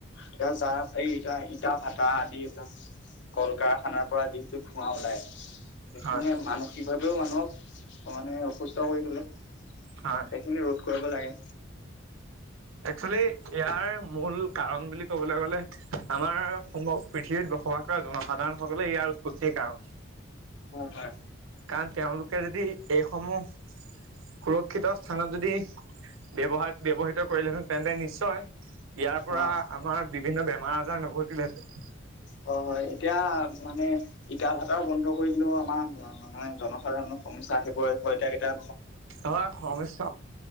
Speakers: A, on the left; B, on the right.
A: সেইকাৰণ চাহ। এই ইতা ইটা ভাটা আদি এইবিলাক কল কাৰখানাৰ পৰা যিহেতু ধোঁৱা ওলাই। সেইখিনিয়ে
B: হয়
A: মানসিকভাৱেও মানুহক মানে অসুস্থ কৰি তোলে।
B: হয়
A: সেইখিনি ৰোধ কৰিব লাগে।
B: একচেলি ইয়াৰ মূল কাৰণ বুলি ক'বলৈ গ'লে আমাৰ পৃথিৱীত। বসবাস কৰা জনসাধাৰণসকলে ইয়াৰ উৎপত্তিৰ কাৰণ
A: হয় হয়
B: কাৰণ। তেওঁলোকে যদি এইসমূহ। সুৰক্ষিত স্থানত যদি ব্যৱহাৰ। কৰিলেন তেন্তে নিশ্চয় ইয়াৰ পৰা
A: অ
B: আমাৰ বিভিন্ন বেমাৰ আজাৰ নঘটিলহেতেন।
A: হয় হয় এতিয়া মানে ইটা ভাটাৰ বন্ধ কৰি দিলো আমাৰ মানে জনসাধাৰণৰ। সমস্যা আহিব হয় এতিয়া কেতিয়া।
B: অ সংস্থ